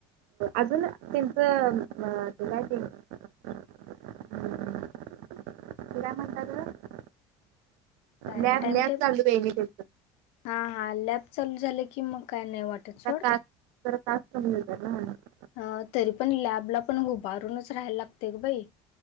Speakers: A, on the right; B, on the left.
A: अजून त्यांचं ते काय <inaudible> अं, <inaudible>
B: काय
A: लॅब
B: टाइम
A: लॅब
B: टेबल.
A: चालू आहे मी त्यांचं
B: हा -हा लॅब चालू झाले की मग काय नाही वाटत
A: त्या
B: सोड.
A: तास <inaudible>
B: अ तरी पण लॅबला पण उभारूनच राहायला लागते ग बाई.